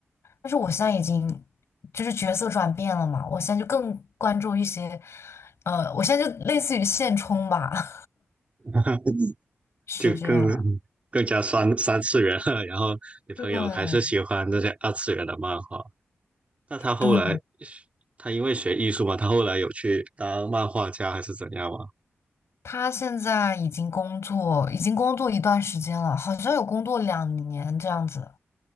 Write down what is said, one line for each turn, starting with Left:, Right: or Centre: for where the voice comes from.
Left: 但是我现在已经就是角色转变了嘛，我现在就更关注一些，呃，我现在就类似于现充吧，
Right: <laughs>
Left: <laughs> 是这样，
Right: 就更更加三三次元了。<laughs> 然后你朋友还是喜欢那些二次元的漫画，
Left: 对
Right: 那他后来
Left: 对。
Right: 他因为学艺术嘛，他后来有去当漫画家还是怎样吗？
Left: 他现在已经工作，已经工作一段时间了，好像有工作两年这样子。